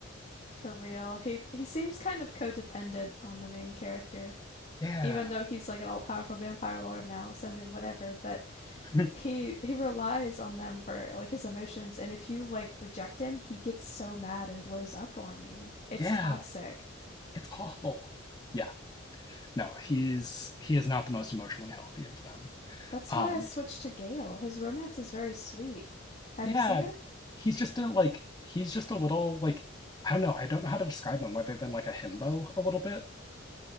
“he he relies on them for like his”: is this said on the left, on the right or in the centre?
Left